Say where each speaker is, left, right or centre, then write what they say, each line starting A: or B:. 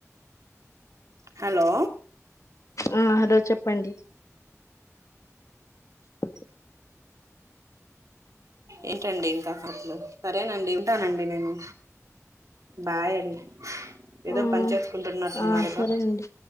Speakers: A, on the right; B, on the left.
A: హలో!
B: ఆ హలో చెప్పండి. అ
A: ఏంటండి ఇంకా సరేనండి ఉంటానండి నేను బాయండ్ ఏదో
B: ఆ
A: పన్ చేస్కుంటున్నట్టున్నారుగా
B: ఆ సరే అండి